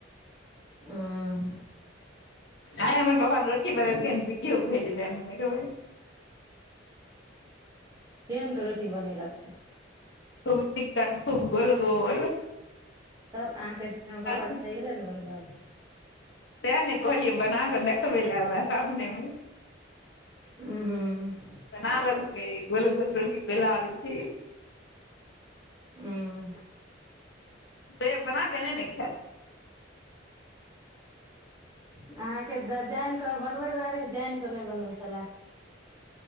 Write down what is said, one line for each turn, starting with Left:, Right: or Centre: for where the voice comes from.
Right: आं।
Left: आय हमर पप्पा रोटी बनैलकेन वीडियो भेज दैब देखबै।
Right: केहेन के रोटी बनैएलक से।
Left: खुब चिक्कन, खुब गोल-गोल।
Right: तब अहाँ कहै छी हमर पप्पा
Left: से
Right: के खाये ले नै बनबै आबै छै।
Left: ताए नै कहलियै बना कऽ देखबै ले हमरा सामने मे।
Right: ऊं। हुं।
Left: बना लेलके गोल-गोल रोटी बेला आबै छै।
Right: हूँ
Left: ते बना के नै ने खाए
Right: अहाँके तऽ जैन कऽ बनबै के दुआरे जैन कऽ नै बनबै छलाए।